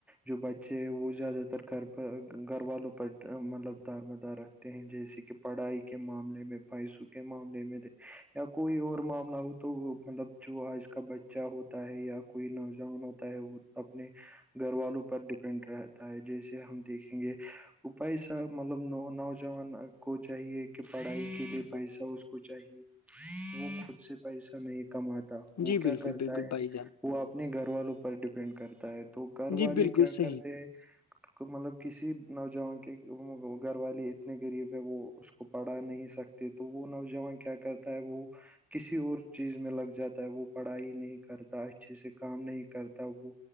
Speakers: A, in the centre; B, on the left.
A: جو بچے ہیں وہ زیادہ تر گھر گھر والوں پر مطلب دار مدار رکھتے ہیں جیسے کہ پڑھائی کے معاملے میں پیسوں کے معاملے میں یا کوئی اور معاملہ ہو تو مطلب جو آج کا بچہ ہوتا ہے یا کوئی نوجوان ہوتا وہ اپنے گھر والوں پر ڈیپینڈ رہتا ہے جیسے ہم دیکھیں گے اپائےسا مطلب نوجوان کو چاہیے پڑھائی کے لیے پیسہ اس کو چاہیے وہ خ سے پیسہ نہیں کماتا وہ
B: جی
A: کیا
B: بالکل
A: کرتا
B: بالکل
A: ہے
B: بھائی جان
A: وہ اپنے گھر والوں کو پر ڈیپینڈ کرتا ہے تو گھر
B: جی
A: والے
B: بالکل
A: کیا
B: صحیح
A: کرتے ہیں مطلب کسی نوجوان کے گھر والے اتنے غریب ہے وہ اس کو پڑھا نہیں سکتے تو وہ نوجوان کیا کرتا ہے وہ کسی اور چیز میں لگ جاتا ہے وہ پڑھائی نہیں کرتا اچھے سے کام نہیں کرتا وہ